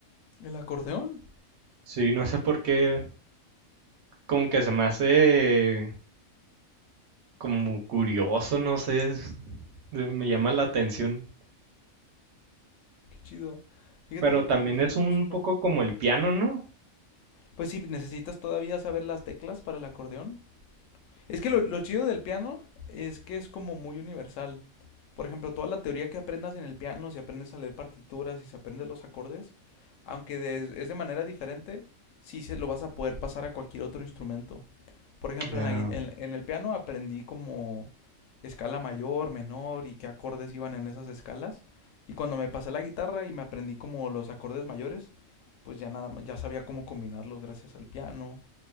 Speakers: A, on the left (about 70°); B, on the right (about 60°).
A: El acordeón,
B: Sí, no sé por qué, como que se me hace como curioso, no sé, es- de- me llama la atención.
A: qué chido. Fíjate
B: Pero
A: que aquí,
B: también
A: aquí
B: es
A: tenemos
B: un
A: uno.
B: poco como el piano, ¿no?
A: Pues sí, necesitas todavía saber las teclas para el acordeón, Es que lo, lo chido del piano es que es como muy universal. Por ejemplo, toda la teoría que aprendas en el piano, si aprendes a leer partituras, si se aprendes los acordes, aunque de- es de manera diferente, sí se lo vas a poder pasar a cualquier otro instrumento. Por ejemplo,
B: Ah,
A: en, la gui- en- en el piano aprendí como escala mayor, menor y qué acordes iban en esas escalas. Y cuando me pasé a la guitarra y me aprendí como los acordes mayores, pues ya nada más, ya sabía cómo combinarlos gracias al piano